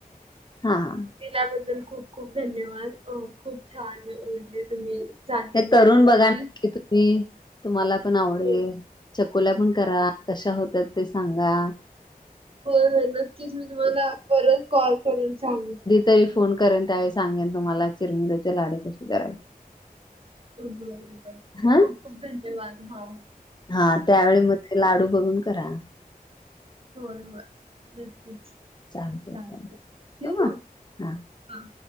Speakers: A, on the left (about 30°); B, on the right (about 40°).
A: हा हा
B: दिल्याबद्दल खूप खूप धन्यवाद खूप छान म्हणजे तुम्ही? सांगितला
A: हे तरुण
B: रेसिपी.
A: बघा नक्की तू मी तुम्हाला पण आवडेल
B: होय
A: चकोल्या पण करा कशा होतात ते सांगा.
B: हो हो नक्कीच मी तुम्हाला परत कॉल करून सांग.
A: तरी फोन करेन त्यावेळी सांगेन तुम्हाला चिरमुल्याचे लाडू कसे करायचे.
B: बर बर
A: हा
B: खूप खूप धन्यवाद हा ह.
A: हा त्यावेळी मग ते लाडू बघून करा.
B: होय होय नक्कीच
A: चालतय
B: थांकू
A: चालतय
B: ठेऊ
A: ठेवू मग
B: ना
A: हा
B: हां.